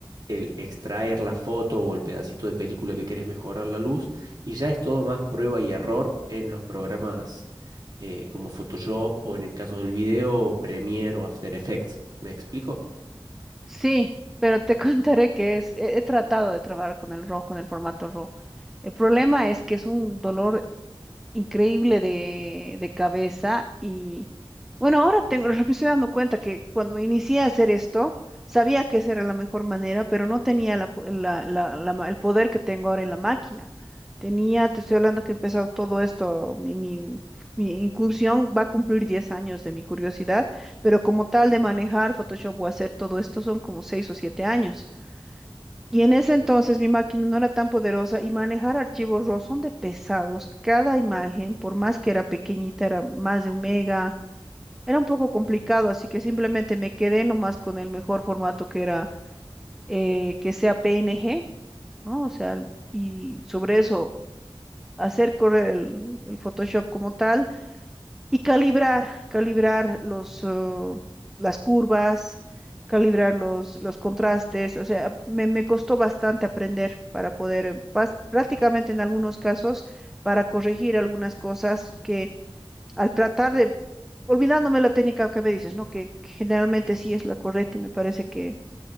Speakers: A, on the right; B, in the centre.
A: el extraer la foto o el pedacito de película que querés mejorar la luz. Y ya es todo más prueba y error en los programas eh, como Photoshop o en el caso del video, Premiere o After Effects. ¿Me explico?
B: Sí, pero te <laughs> contaré que es, he, he tratado de trabajar con el RAW, con el formato RAW. El problema es que es un dolor increíble de, de cabeza y bueno, ahora tengo, <laughs> me estoy dando cuenta que cuando inicié a hacer esto, sabía que esa era la mejor manera, pero no tenía la po- la- la- la ma- el poder que tengo ahora en la máquina. Tenía, te estoy hablando que he empezado todo esto, mi, mi, mi incursión va a cumplir 10 años de mi curiosidad, pero como tal de manejar Photoshop o hacer todo esto son como 6 o 7 años. Y en ese entonces mi máquina no era tan poderosa y manejar archivos RAW son de pesados. Cada imagen, por más que era pequeñita, era más de un mega. Era un poco complicado, así que simplemente me quedé nomás con el mejor formato que era eh, que sea PNG, ¿no? O sea, y sobre eso hacer correr el, el Photoshop como tal y calibrar, calibrar los, eh, las curvas, calibrar los, los contrastes. O sea, me, me costó bastante aprender para poder, eh, pas- prácticamente en algunos casos, para corregir algunas cosas que al tratar de, olvidándome la técnica que me dices, ¿no? Que, que generalmente sí es la correcta y me parece que